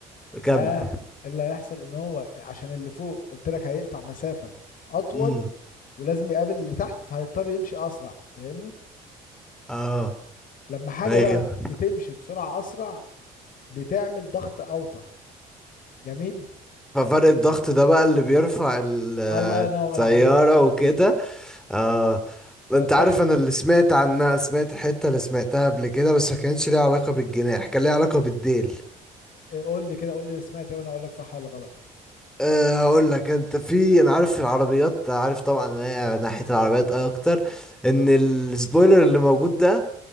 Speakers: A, in the centre; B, on the left.
A: بكمل
B: فاللي هيحصل ان هو عشان اللي فوق قلت لك هيقطع مسافة اطول
A: امم
B: ولازم يقابل اللي تحت فهيضطر يمشي اسرع فاهمني
A: اه
B: لما حاجه
A: ايوه
B: بقى بتمشي بسرعه اسرع بتعمل ضغط اوطى جميل
A: ففرق الضغط ده بقى اللي بيرفع ال-
B: الله ينور
A: الطيارة
B: عليك
A: وكده اه
B: فالضغط
A: انت عارف انا اللي سمعت عنها سمعت الحتة اللي سمعتها قبل كده بس ما كانش ليها علاقة بالجناح كان ليها علاقة بالديل
B: إيه، قول لي كده قول لي سمعت ايه وانا اقول لك صح ولا غلط
A: أه هقول لك انت في انا عارف العربيات عارف طبعا ان هي ناحية العربيات اكتر ان السبويلر اللي موجود ده